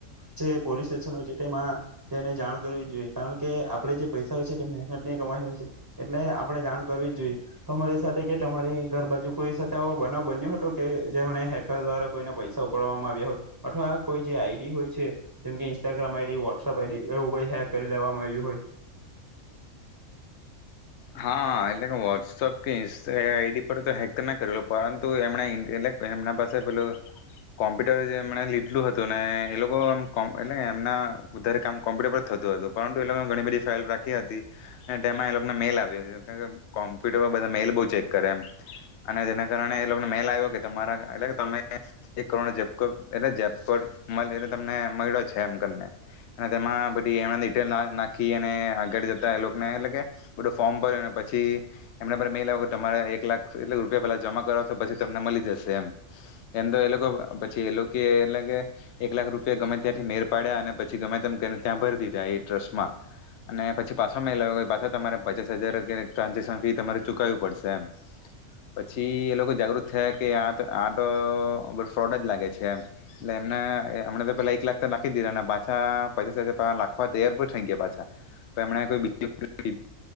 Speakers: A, on the right (about 20°); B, on the left (about 60°).
A: જે પોલીસ સ્ટેશન હોય છે તેમાં જેને જાણ કરવી જ જોઈએ કારણ કે આપણે જે પૈસા હોય છે તો મહેનત નહી કમાઈ હોય છે એટલે આપણે જાણ કરવી જ જોઈએ તમારી સાથે કે તમારી ઘર બાાજુ કોઈ સાથે આવો બનાવ બન્યો હતો. કે જેમને હેકર દ્વારા કોઈને પૈસા ઉપાડવામાં આવ્યા હોય અથવા કોઈ જે આઈડી હોય છે જેમકે ઇન્સ્ટાગ્રામ આઈડી વોટ્સઅપ આઈડી એવું કોઈ હેક કરી લેવામાં આવ્યું હોય.
B: હા એટલે કે વોટ્સઅપ કે ઇન્ આઈડી પર તો હેક તો ના કરેલ પરંતુ એમણે એટલે એમના પાસે પેલું કોમ્પ્યુટર એમણે લીધલું હતું ને એ લોકોટલે એમનાારે કામ કોમ્પ્યુટર પર થતું હતું પરંતુ એ લોકો ઘણી બધી ફાલ રાખી હતી તેમાં કોમ્પ્યુટરમાં બધ મેલ બઉચેક કરે એમએટલે કે અને જેના કારણે એ લોકોને મેલ આવ્યો કે તમારા એટલે કે એક કરોડએટલેતમને મળ્યો છે એમને તેમાં બધીિટેલ નાખી આગળ જતા એ લોકોને એટલે કે બધું ફોર્મ ભર પછી એમને મે લાવ્યો કે તમારે એક લાખ એટ રૂપિયા પેલા જમા કરવા તો પછી તમને મળી જશે એમ એમ તો એ લોકો પછી એ લોકો એટલે કે એક લાખ રૂપિયા ગમે ત્યાંથી મેર પાડ્યા અને પછી ગમે તને ત્યાં ભરી દીધા એ ટ્રસ્ટમાં અને પછી પાછો મે લાવ્યો પાછ તમારે પચાસ હજાર કે ટ્રાન્ઝેક્શન ફી તમારે ચુકાવવી પડશે પછી એ લોકો જાગૃત થયા કે આ આ તો ફ્રોડ જ લાગે છે એટલે એમને એમણે તો પેલા એક લાખ તો લખી જ દીધા ને પાછા પચાસ હજાર લખવા તૈયાર પર થઈ ગયા પાછા તો એમણે કોઈ કે